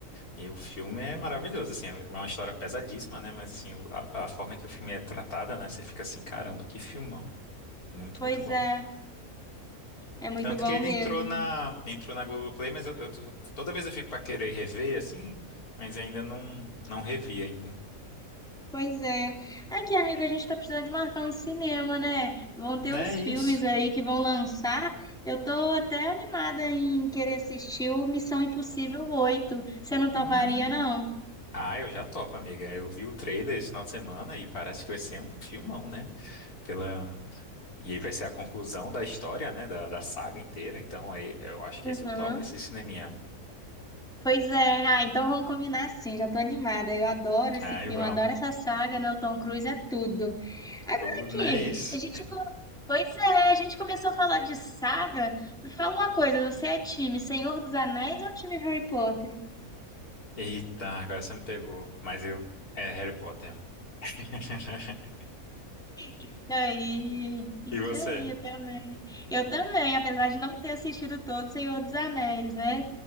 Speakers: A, on the left; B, in the centre.
A: E o filme é maravilhoso, assim, é uma história pesadíssima, né? Mas assim, o- a, a forma que o filme é tratada, né? Você fica assim, caramba, que filmão. Muito,
B: Pois
A: muito bom.
B: é, é muito
A: Tanto
B: bom
A: que ele
B: mesmo.
A: entrou na, entrou na Globoplay, mas eu, eu tô- toda vez eu fico pra querer rever, assim, mas ainda não, não revi ainda.
B: Pois é. Aqui, amigo, a gente tá precisando de marcar um cinema, né? Vão
A: Não
B: ter uns
A: é
B: filmes
A: isso.
B: aí que vão lançar. Eu tô até animada em querer assistir o Missão Impossível oito. Você não toparia,
A: Hum.
B: não?
A: Ah, eu já topo, amiga. Eu vi o trailer esse final de semana e parece que vai ser um filmão, né? Pela... E aí vai ser a conclusão da história, né? Da, da saga inteira. Então aí eu acho que
B: Uhum.
A: esse eu topo, esse cineminha.
B: Pois é, ah, então vamos combinar assim, já tô animada. Eu adoro esse
A: Ai,
B: filme,
A: vamos.
B: adoro essa saga, né? O Tom Cruise é tudo. Agora
A: Tu,
B: aqui,
A: não é isso?
B: a gente. co- Pois é, a gente começou a falar de saga. Me fala uma coisa, você é time Senhor dos Anéis ou time Harry Potter?
A: Eita, agora você me pegou. Mas eu. É Harry Potter. <laughs>
B: Isso aí, isso
A: E você?
B: aí, eu também. Eu também, apesar de não ter assistido todo Senhor dos Anéis, né?